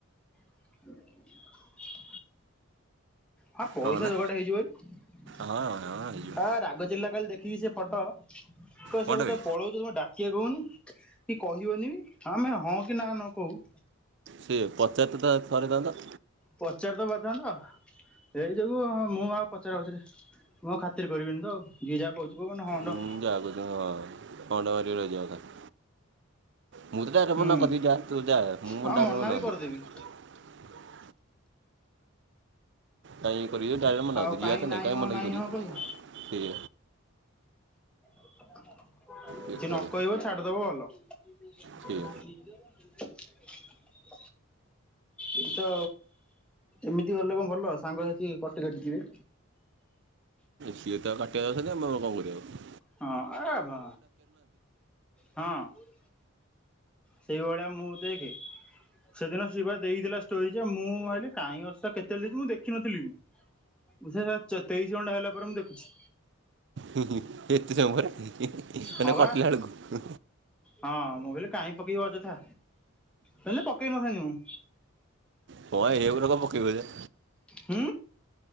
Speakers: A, in the centre; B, on the right (about 55°).
A: <inaudible> ହଁ ପଇସା
B: କଣ ହେଲା
A: ଯୋଗାଡ଼ ହେଇଯିବନି
B: ହଁ ହଁ ହେଇଯିବ
A: ରାଗ ଜିଲ୍ଲା କାଲି ଦେଖୀ। କି ସେ ଫଟୋ କସମ
B: କଣଟା ବେ
A: ପଳଉଛ ତମେ ଡା <unintelligible> କିଏ କୁହନି କି କହିବନି ବି ଆମେ ହଁ କି ନା ନ କହୁ।
B: ସିଏ ପଚାରିତ ଟା ଥରେଥାନ୍ତା।
A: ପଚାରି ତ ପାରିଥାନ୍ତା ଏଇ ଯୋଗୁଁ ହଁ ମୁଁ ଆଉ ପଚାରପୁଚୁରି ମୁଁ ଖାତିର କରିବିନି ତ ଯିଏ ଯାହା କହୁଛିୁ। କହୁ କ ହଣ୍ଡ
B: ଉଁ ଯାହା କହୁଛ ହଁ ହଣ୍ଡା ମାରିକି ରହିଯିବା କଥା ମୁଁ ତଟାରେ
A: ହୁଁ
B: ବନ କି ଯା ତୁ ଯା ମୁଁ
A: ହଁ
B: ମରେନବି
A: ମନା ବି କରିଦେବି
B: <unintelligible> କାହିଁ କହିବି ଡାଇରେକ୍ଟ ମନା
A: ଆଉ
B: କରିଦେବି।
A: କାହିଁ
B: ଯିିଏ ତ
A: ନାଇଁ
B: ନାଇ କାଁ
A: ହଁ
B: ମନା
A: ନାଇଁ
B: କରିବି
A: ହଁ କହିବ ହ କିଛି
B: ବେକାର
A: ନ କହିବ ଛାଡିଦବ
B: ସେଇଆ
A: ଭଲ। <inaudible> ଏ ତ ଏମିତି ଗଲେ କଣ ଭଲ ସାଙ୍ଗସାଥି କଟି କଟି ଯିବେ।
B: ସିଏ ତ କାଟି ଜ ଆମେ ଆଉ କଣ କରିବି ଆ।
A: ହଁ ଆବ ହଁ ସେଇଭଳିଆ ମୁଁ ଦେଖେ ସେଦିନ ସେ ପା ଦେଇଥିଲା ଷ୍ଟୋରି ମୁଁ ଭାବିଲି କାହିଁ ଅବଶ୍ୟ କେତଳେ ମୁଁ ଦେଖିନଥିଲି ବି ସେ ତେଇଶି ଘଣ୍ଟା ହେଲା ପରେ ମୁଁ ଦେଖୁଛି।
B: ଏତେ ସମୟପରେ ହେଲେ
A: ହଁ ବା
B: କଟିଲା ବେଳକୁ
A: ହଁ ମୁଁ କହିଲି କାହିଁ ପିବ ଯଥା ହେଲେ ପକେଇ ନଥାନ୍ତିି ମୁଁ।
B: ହଁ ଏଉରା କଣ ପକେଇବଜେ।
A: ହ।